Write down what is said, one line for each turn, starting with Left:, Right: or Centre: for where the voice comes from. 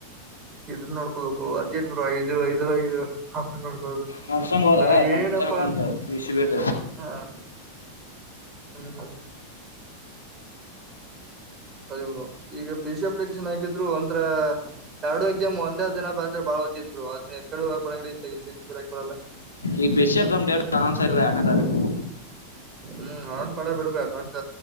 Right: ಇದ್ ನೋಡ್ಕೋಬೇಕು ಅಜಿತ್ ಬರು ಐದು ಐದು ನೋಡ್ಕೋುದು
Left: ನಡ್ಸಂಗ್ ಹೋದ
Right: ನನಗ
Left: ಸಣ್ಣ
Right: ಏನಪ್ಪಾ
Left: ಸಣ್ಣ ಕುಂತ ಪಿ ಸಿ ಬಿಟ್ಟು
Right: ಅ ಹ ಹ್ಮ. ಸರಿ ಬ್ರೋ ಈಗ ಪಿ ಸಿ ಅಪ್ಲಿಕೇಶನ್ ಹಾಕೀದ್ದ. ರು ಅಂದ್ರ ಎರಡು ಎಕ್ಸಾಮ್ ಒಂದೇ ದಿನ ಬಂದ್ರೆ ಬಾಳ ವಜ್ಜ ಆಯ್ತು ಬ್ರೋ ಅದನ್ನು ಯಾವ್ಕಡೆ ಹೋಗಾಕ್ ಬರಲ್ಲ ಇದನ್ನ ಈ ಕಡೆ ಇದನ್ನು ಬರಿಯಾಕ್ ಆಗಲ್ಲ
Left: ಈಗ P C exam date announce ಆಗಿಲ್ಲ ಎರಡನೇ ತಾರೀಕು
Right: ಹ್ಮ್ ಅದೊಂದ ಪಾಡ ಆಯ್ತಿ ಬಿಡ್ ಬೇ ಆಗಸ್ಟ್